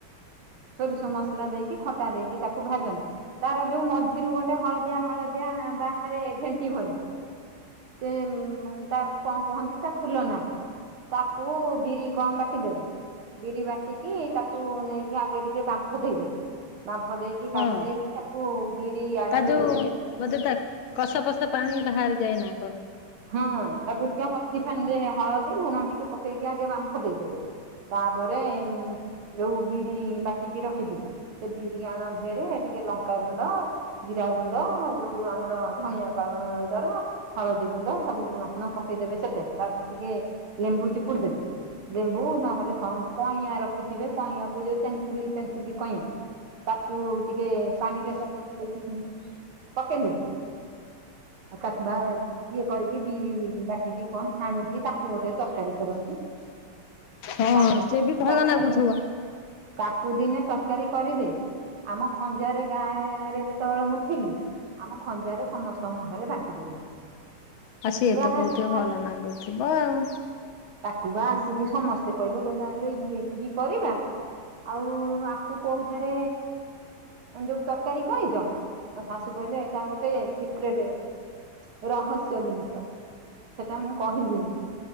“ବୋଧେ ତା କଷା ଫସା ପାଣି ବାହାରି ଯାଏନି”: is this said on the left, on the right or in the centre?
Left